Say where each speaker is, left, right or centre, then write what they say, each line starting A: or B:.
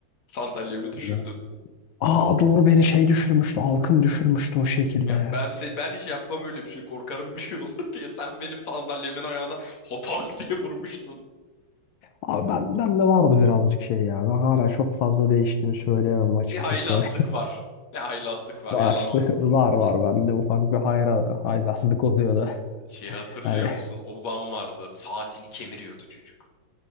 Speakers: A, on the left; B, on the left.
A: Sandalyemi
B: Hani-
A: düşürdün.
B: Aa doğru beni şey düşürmüştü. Alkım düşürmüştü o şekilde.
A: Ya ben se- ben hiç yapmam öyle bir şey. Korkarım bir şey olur <laughs> diye. Sen benim sandalyemin ayağına hotank diye vurmuştun.
B: Abi ben, ben de vardı birazcık şey ya. Ben hala çok fazla değiştiğini söyleyemem açıkçası.
A: Bir haylazlık var. Bir haylazlık
B: <laughs>
A: var.
B: Var.
A: Yalan olmasın.
B: <laughs> Var var. Bende ufak bir hayra, haylazlık oluyordu.
A: Şeyi hatırlıyor
B: Yani
A: musun? Ozan vardı. Saatini kemiriyordu çocuk.